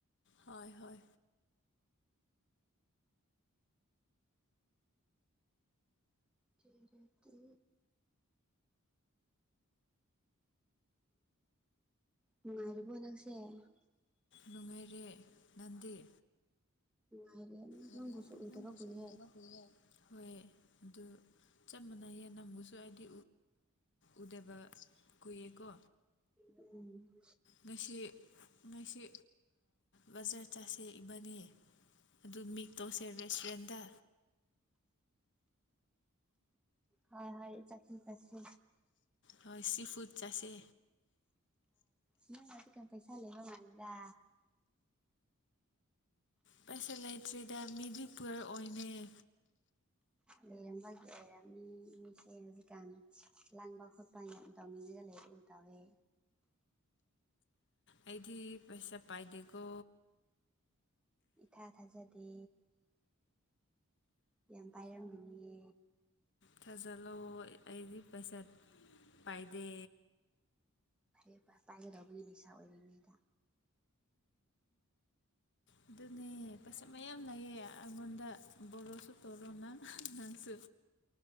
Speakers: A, on the left (about 55°); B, in the centre.
A: ꯍꯣꯏ ꯍꯣꯏ
B: ꯆꯦꯔꯦꯇꯤ ꯅꯨꯉꯥꯏꯔꯤꯕꯣ ꯅꯪꯁꯦ ꯎꯝ <unintelligible>
A: ꯅꯨꯡꯉꯥꯏꯔꯦ ꯅꯪꯗꯤ
B: ꯅꯨꯉꯥꯢꯔꯤ
A: ꯍꯥꯏꯗꯤ
B: ꯅꯪꯕꯨꯁꯨ ꯎꯗꯕ
A: ꯅꯪꯕꯨꯁꯨ
B: ꯀꯨꯏꯔꯦ
A: ꯎꯗꯕ ꯀꯨꯏꯔꯦ ꯍꯣꯏ ꯑꯗꯨ ꯆꯞ ꯃꯥꯟꯅꯩꯌꯦ ꯅꯪꯕꯨꯁꯨ ꯑꯩꯗꯤ ꯎꯗꯕ ꯀꯨꯏꯔꯦꯀꯣ
B: ꯎꯝ
A: ꯉꯁꯤ ꯉꯁꯤ ꯕꯖꯥꯔ ꯆꯠꯁꯦ ꯏꯕꯥꯅꯤ ꯑꯗꯨ ꯃꯤꯛ ꯇꯧꯁꯦ ꯔꯦꯁꯇꯨꯔꯦꯟꯗ
B: ꯍꯣꯏ ꯍꯣꯏ ꯆꯥꯠꯁꯤ ꯆꯥꯠꯁꯤ
A: ꯍꯣꯏ ꯁꯤ ꯐꯨꯠ ꯆꯥꯁꯦ
B: ꯅꯪ ꯍꯧꯖꯤꯛꯀꯥꯟ ꯄꯩꯁꯥ ꯂꯩꯕ ꯃꯥꯜꯂꯤꯗ
A: ꯄꯩꯁꯥ ꯂꯩꯇ꯭ꯔꯤꯗ ꯃꯤꯗꯤꯄꯨꯔꯛꯑꯣꯏꯅꯩ
B: ꯂꯩꯔꯝꯕꯒꯤ ꯑꯣꯏꯔꯝꯅꯤ ꯃꯤꯁꯦ ꯍꯧꯖꯤꯛꯀꯥꯟ ꯂꯥꯡꯕ ꯈꯣꯠꯄ ꯌꯥꯝ ꯇꯧꯅꯤꯡꯉꯒ ꯂꯩ ꯒꯨꯝ ꯇꯧꯋꯦ
A: ꯑꯩꯗꯤ ꯄꯩꯁꯥ ꯄꯥꯏꯗꯦꯀꯣ
B: ꯏꯊꯥ ꯊꯥꯖꯗꯦ ꯌꯥꯝ ꯄꯥꯢꯔꯝꯒꯅꯤꯌꯦ
A: ꯊꯥꯖꯤꯜꯂꯣ ꯑꯩꯗꯤ ꯄꯩꯁꯥ ꯄꯥꯏꯗꯦ
B: ꯍꯦ ꯄꯥꯏꯒꯗꯧꯕꯅꯦ ꯂꯩꯩꯁꯥ ꯑꯣꯏꯔꯤꯉꯩꯗ
A: ꯑꯗꯨꯅꯦ ꯄꯩ <unintelligible> ꯃꯌꯥꯝ ꯂꯩꯌꯦ ꯑꯩꯉꯣꯟꯗ ꯕꯣꯔꯣꯁꯨ ꯇꯣꯔꯣ ꯅ ꯅꯪꯁꯨ